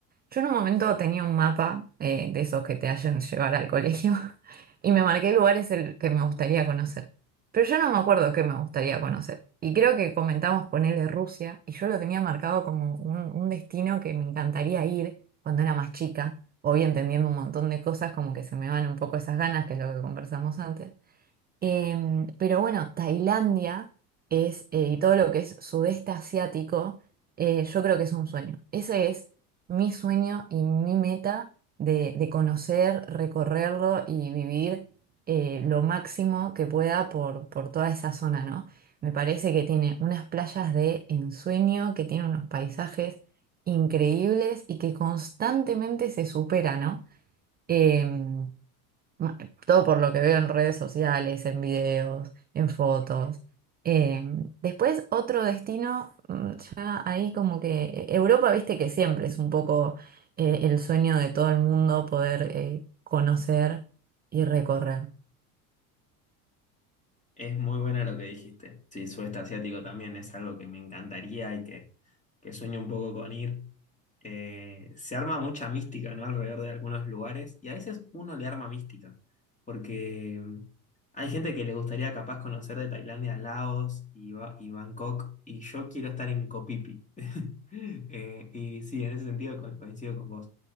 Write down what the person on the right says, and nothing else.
yo en un momento tenía un mapa eh, de esos que te hacen llevar al colegio <laughs> y me marqué lugares el que me gustaría conocer. Pero yo no me acuerdo qué me gustaría conocer. Y creo que comentamos ponerle Rusia, y yo lo tenía marcado como un, un destino que me encantaría ir cuando era más chica. Hoy entendiendo un montón de cosas, como que se me van un poco esas ganas, que es lo que conversamos antes. Em, pero bueno, Tailandia es, eh, y todo lo que es sudeste asiático, eh, yo creo que es un sueño. Ese es mi sueño y mi meta de, de conocer, recorrerlo y vivir eh, lo máximo que pueda por, por toda esa zona, ¿no? Me parece que tiene unas playas de ensueño, que tiene unos paisajes increíbles y que constantemente se supera, ¿no? Em, Ma- Todo por lo que veo en redes sociales, en videos, en fotos. Eh, después otro destino, mm, ya ahí como que eh, Europa, viste que siempre es un poco eh, el sueño de todo el mundo poder eh, conocer y recorrer.